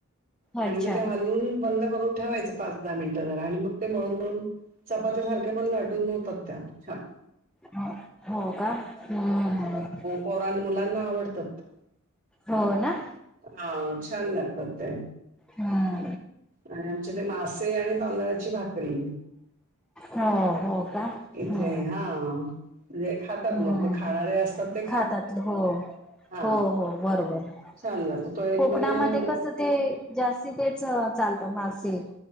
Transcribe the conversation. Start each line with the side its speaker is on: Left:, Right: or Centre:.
Right: आणि
Centre: अच्छा
Right: मग ते हलवून बंद करून ठेवायचं, पाच दहा मिनिटं जरा आणि मग ते मळून मळून चपाती सारख्यापण लाटून हुतात त्या छान.
Centre: ह हो का, हं हं.
Right: पोरांन मुलांना आवडतात.
Centre: हो ना.
Right: हा, छान लागतात ते.
Centre: हा.
Right: आणि आमचे ते मासे आणि तांदळाची भाकरी
Centre: हो, हो का
Right: इथे
Centre: हो.
Right: हां. म्हणजे खातात
Centre: हम्म,
Right: लोकं. खाणारे असतात ते
Centre: खातात हो.
Right: हां,
Centre: हो हो बरोबर,
Right: छान लागतो. तो एक
Centre: कोकणामध्ये
Right: म्हणजे
Centre: कसं ते जास्ती तेच चालतं, मासे.